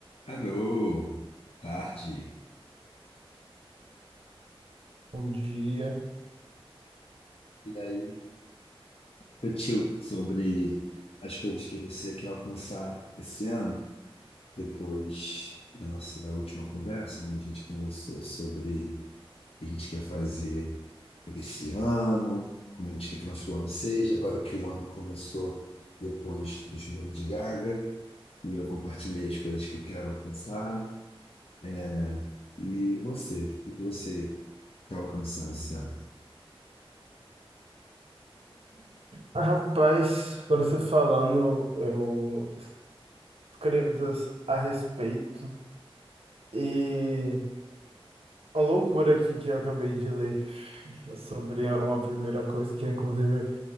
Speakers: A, on the left; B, on the right.
A: Alô, tarde.
B: Bom dia.
A: E aí, refletiu sobre as coisas que você quer alcançar esse ano, depois da nossa última conversa, onde a gente conversou sobre o que a gente quer fazer por esse ano, como a gente quer que o nosso ano seja, agora que o ano começou depois do filme de Gaga, e eu compartilhei as coisas que eu quero alcançar. É, né? E você, o que você quer alcançar esse ano?
B: Ah, Rapaz, agora você falando, eu escrevi coisas a respeito. E uma loucura aqui que eu acabei de ler sobre uma primeira coisa, que é inclusive